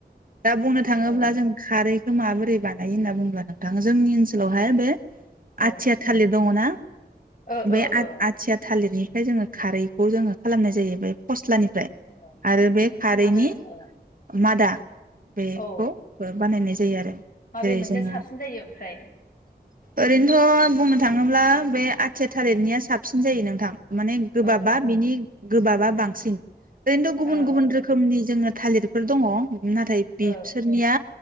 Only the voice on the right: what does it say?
दा बुंनो थाङोब्ला
जों खारै माबोरै बानायो होनना बुङोब्ला नोंथां जोंनि ओनसोलावहाय बे
आथिया थालिर दङ ना
बे
आ
आथिया थालिरनि ओमफ्राय जोङो खारैखौ जोङो खालामनाय जायो बे फस्लानि फ्राय
आरो बे खारैनि
मादा बेखौ
बानायनाय जायो जायो आरो
जेरै
जोङो
ओरैनोथ' बुंनो थाङोब्ला बे आथिया थालिरनिया साबसिन जायो नोंथां माने गोबाबा
बिनि गोबाबा बांसिन ओरैनोथ' गुबुन
गुबुन
रोखोमनि जोङो थालिरफोर दङ नाथाय बिसोरनिया